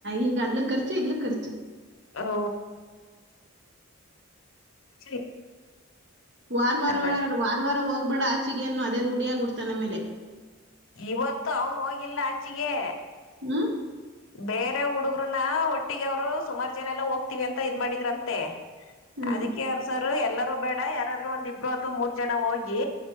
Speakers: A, on the right; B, on the left.
A: ಈಗ ಅಲ್ಲು ಖರ್ಚು ಇಲ್ಲು ಖರ್ಚು
B: ಹ್ಮ ಹ
A: ವಾರ್ ವಾರ
B: ಅಲ್ಲ
A: ವಾರ ವಾರ ಹೋಗ್ಬೇಡ ಹಾಚಿಗೆನ್ನು ಅದೇ ರೂಡ್ ಬಿಡ್ತಾನಮ್ಮೇಲೆ
B: ಇವತ್ತು ಅವನು ಹೋಗಿಲ್ಲ ಅಚಿಗೆ
A: ಹ್ಮ್
B: ಬೇರೆ ಹುಡುಗ್ರುನ ಒಟ್ಟಿಗೆ ಅವ್ರು ಸುಮಾರು ಜನ ಎಲ್ಲ ಹೋಗ್ತೀವಿ ಅಂತ ಇದ್ ಮಾಡಿದ್ರಂತೆ
A: ಹ್ಮ್
B: ಅದಕ್ಕೆ ಅವರ ಸರು ಎಲ್ಲಾರೂ ಬೇಡ ಯಾರಾದ್ರರು ಒಂದ್ ಇಬ್ರು ಅಥವಾ ಮೂರ್ ಜನ ಹೋಗಿ